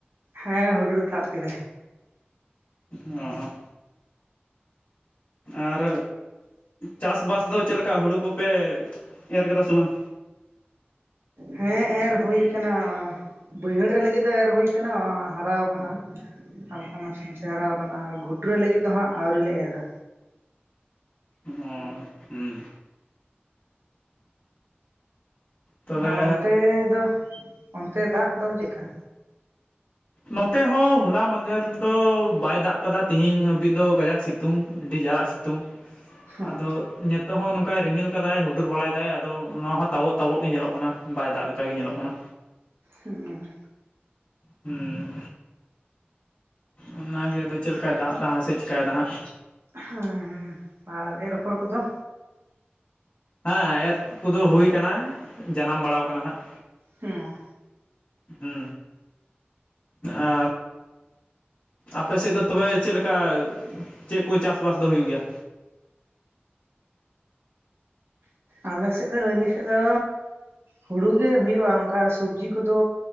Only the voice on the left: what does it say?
ᱚ ᱟᱨ ᱪᱟᱥᱵᱟᱥ ᱫᱚ ᱪᱮᱫ ᱞᱮᱠᱟ ᱦᱩᱲᱩ ᱠᱚᱯᱮ ᱮᱨ ᱠᱟᱫᱟ ᱥᱮ ᱵᱟᱝ?
ᱚ ᱦᱩᱱ ᱛᱚᱵᱮ
ᱱᱚᱛᱮ ᱦᱚᱸ ᱦᱚᱞᱟ ᱢᱟᱫᱷᱮᱨ ᱫᱚ ᱵᱟᱭ ᱫᱟᱜ ᱠᱟᱫᱟ ᱛᱤᱦᱤᱧ ᱦᱟᱹᱵᱤᱡ ᱫᱚ ᱠᱟᱡᱟᱠ ᱥᱤ ᱛᱩᱝ ᱟᱹᱰᱤ ᱡᱟᱨᱟᱜ ᱥᱤᱛᱩᱝ
ᱟᱫᱚ ᱧᱮᱛ ᱛᱳᱜ ᱦᱚᱸ ᱱᱚᱝᱠᱟᱭ ᱨᱤᱢᱤᱞ ᱠᱟᱫᱟᱭ ᱦᱩᱰᱩᱨ ᱵᱟᱲᱟᱭ ᱫᱟᱭ ᱟᱫᱚ ᱱᱚᱣᱟ ᱦᱚᱸ ᱛᱟᱵᱚᱜ ᱛᱟᱵᱚᱜ ᱜᱮ ᱧᱮᱞᱚᱜ ᱠᱟᱱᱟ ᱵᱟᱭ ᱫᱟᱜ ᱞᱮᱠᱟ ᱜᱮ ᱧᱮᱞᱚᱜ ᱠᱟᱱᱟ᱾
ᱦᱩᱸᱢ ᱚᱱᱟᱜᱮ ᱟᱫᱚ ᱪᱮᱫ ᱞᱮᱠᱟᱭ ᱫᱟᱜ ᱫᱟᱦᱟᱜ ᱥᱮ ᱪᱤᱠᱟᱭᱫᱟ ᱦᱟᱸᱜ
ᱦᱮᱸ ᱮᱨ ᱠᱚᱫᱚ ᱦᱩᱭ ᱠᱟᱱᱟ ᱡᱟᱱᱟᱢ ᱵᱟᱲᱟᱣ ᱠᱟᱱᱟ ᱦᱟᱸᱜ᱾
ᱦᱩ ᱟ ᱟᱯᱮᱥᱮᱫ ᱫᱚ ᱛᱚᱵᱮ ᱪᱮᱫ ᱞᱮᱠᱟ ᱪᱮᱫ ᱠᱚ ᱪᱟᱥᱵᱟᱥ ᱫᱚ ᱦᱩᱭᱩᱜ ᱜᱮᱭᱟ?